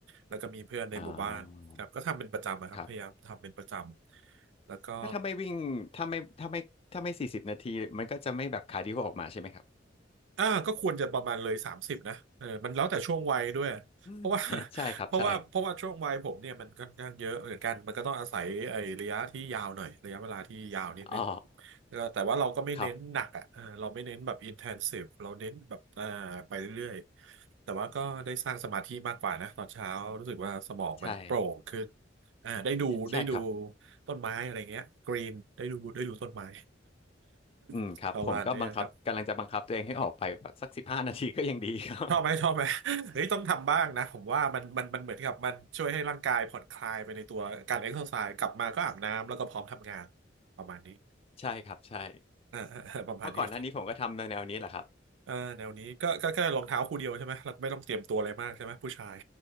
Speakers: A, on the right; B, on the left.
A: แล้วก็มีเพื่อนในหมู่บ้านครับก็ทำเป็นประจำอะครับพยายามทำเป็นประจำแล้วก็
B: อ่าครับก็ถ้าไม่วิ่งถ้าไม่ถ้าไม่ถ้าไม่สี่สิบนาทีมันก็จะไม่แบบคาร์ดิโอออกมาใช่ไหมครับ
A: อ่าก็ควรจะประมาณเลยสามสิบนะเออมันแล้วแต่ช่วงวัยด้วยเพราะว่า
B: อืม
A: <laughs>
B: <laughs> ใช่ครับใช่
A: เพราะว่าเพราะว่าช่วงวัยผมเนี่ยมันค่อนข้างเยอะเหมือนกันมันก็ต้องอาศัยไอ้ระยะที่ยาวหน่อยระยะเวลาที่ยาวนิดนึง
B: อ๋อ
A: ก็แต่ว่าเราก็ไม่เน้นหนักอ่ะเออเราไม่เน้นแบบ
B: ครับ
A: intensive เราเน้นแบบอ่าไปเรื่อยๆแต่ว่าก็ได้สร้างสมาธิมากกว่านะตอนเช้ารู้สึกว่าสมองมันโปร่งขึ้น
B: ใช่
A: อ่าได้ดูได้ดู
B: ใช่ครับ
A: ต้นไม้อะไรเงี้ยกรีนได้ดูได้ดูต้นไม้
B: อืมครับผมก็บังคับกำลังจะบังคับตัวเองให้ออกไปแบบสักสิบห้านาทีก็ยังดีครับ
A: <laughs> ประมาณเนี้ยครับ ชอบไหมชอบไหม <laughs> เฮ้ยต้องทำบ้างนะผมว่ามันมันมันเหมือนกับมันช่วยให้ร่างกายผ่อนคลายไปในตัวการเอ็กซ์ไซส์กลับมาก็อาบน้ำแล้วก็พร้อมทำงานประมาณนี้
B: ใช่ครับใช่
A: เออเออเออประมาณนี้
B: เพราะก่อนหน้านี้ผมก็ทำในแนวนี้แหละครับ
A: เออแนวนี้ก็ก็แค่รองเท้าคู่เดียวใช่ไหมเราก็ไม่ต้องเตรียมตัวอะไรมากใช่ไหมผู้ชาย